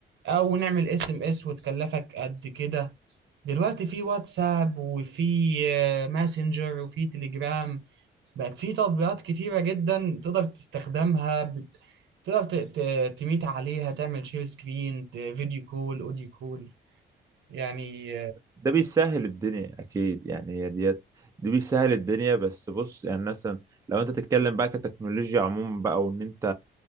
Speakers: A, on the right; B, on the right.
A: او نعمل اس ام اس وتكلفك قد كده دلوقتي في واتساب وفي آه، ماسنجر وفي تليجرام بقت في تطبيقات كتيرة جدا تقدر تستخدمها بت... تقدر ت... ت... تميت عليها تعمل شير سكرين ت... فيديو كول اوديو كول يعني
B: ده بيسهل الدنيا اكيد يعني هي ديت دي بيسهل الدنيا بس بص يعني مثلا لو انت تتكلم بقى كتكنولوجيا عموما بقى وان انت